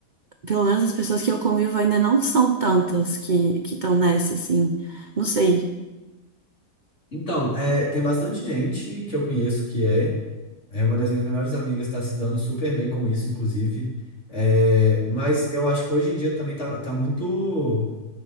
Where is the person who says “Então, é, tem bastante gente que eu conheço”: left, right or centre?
Left